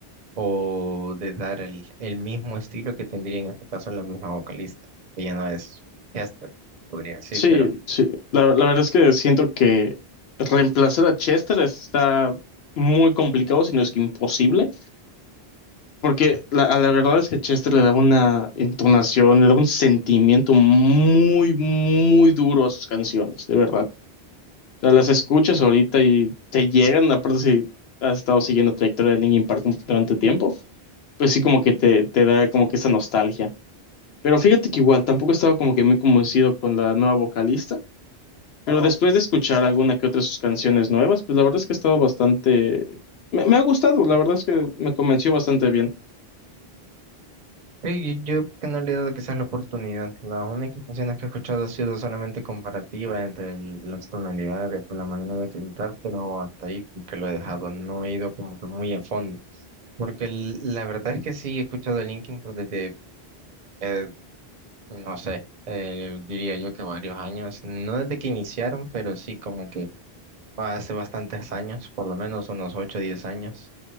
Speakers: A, on the right; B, on the left.
A: o de dar el, el mismo estilo que tendría en este caso la misma vocalista, que ya no es Chester, podría decir,
B: Sí,
A: pero
B: sí, la, la verdad es que siento que reemplazar a Chester está muy complicado, si no es que imposible, porque la, a la verdad es que Chester le daba una entonación, le daba un sentimiento muy, muy duro a sus canciones, de verdad. sea, las escuchas ahorita y te llegan, aparte si has estado siguiendo trayectoria de Linkin Park durante tiempo, pues sí como que te, te da como que esa nostalgia. Pero fíjate que igual tampoco estaba como que muy convencido con la nueva vocalista, pero después de escuchar alguna que otra de sus canciones nuevas, pues la verdad es que ha estado bastante... Me, me ha gustado, la verdad es que me convenció bastante bien.
A: sí, yo yo que no le he dado quizás la oportunidad. Las únicas canciones que he escuchado ha sido solamente comparativa entre el- las tonalidades con la manera de cantar, pero hasta ahí creo que lo he dejado, no he ido como que muy a fondo, porque el- la verdad es que sí he escuchado a Linkin Park desde, eh, no sé, eh, diría yo que varios años, no desde que iniciaron, pero sí como que Hace bastantes años, por lo menos unos ocho, o 10 años.